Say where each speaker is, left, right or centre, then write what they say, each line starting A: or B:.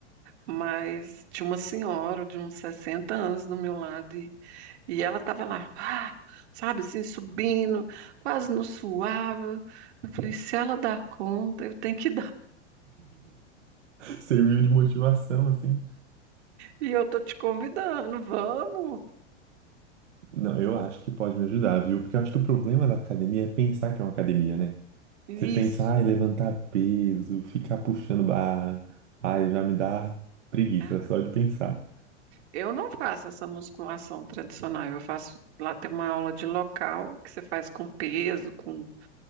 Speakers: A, on the right; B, on the right.
A: Mas tinha uma senhora de uns 60 anos do meu lado e, e ela estava lá, ah, sabe, assim, subindo, quase não suava. Eu falei, se ela dá conta, eu tenho que
B: Serviu de motivação, assim.
A: E eu tô te convidando, vamos.
B: Não, eu acho que pode me ajudar, viu? Porque eu acho que o problema da academia é pensar que é uma academia, né?
A: Isso.
B: Você pensa, ai, levantar peso, ficar puxando barra. Ai, já me dá preguiça
A: Ah,
B: só de pensar.
A: Eu não faço essa musculação tradicional. Eu faço lá tem uma aula de local que você faz com peso, com